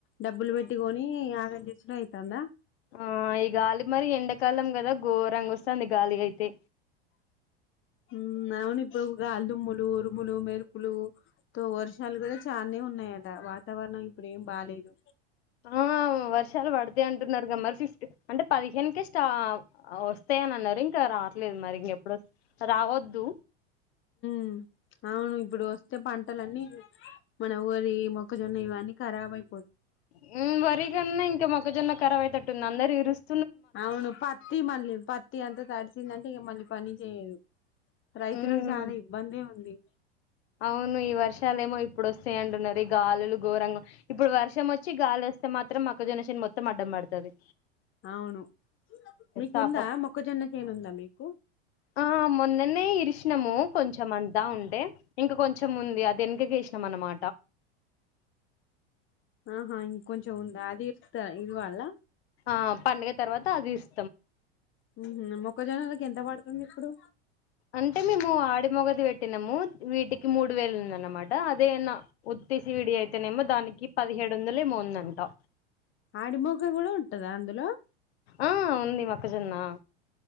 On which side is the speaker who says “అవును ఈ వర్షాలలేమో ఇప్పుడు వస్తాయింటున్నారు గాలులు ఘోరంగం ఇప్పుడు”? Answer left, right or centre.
Left